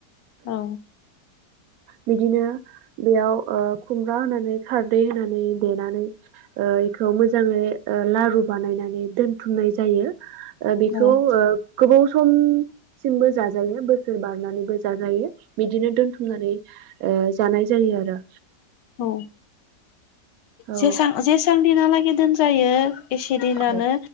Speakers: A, on the left; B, on the right.
A: औ
B: बिदिनो बेयाव ओ खुमब्रा होनानै खारदै होनानै देनानै ओ इखौ मोजाङै ओ लारु बानायनानै दोनथुमनाय जायो। ओ बेखौ
A: औ
B: ओ‌‌ गोबाव थुम सिमबो जाजायो बोसोर बारनानैबो जाजायो बिदिनो दोनथुम नानै ओ जानाय जायो आरो।
A: औ
B: औ।
A: जेसां जेसां दिनालागै दोनजायो एसे दिनानो
B: औ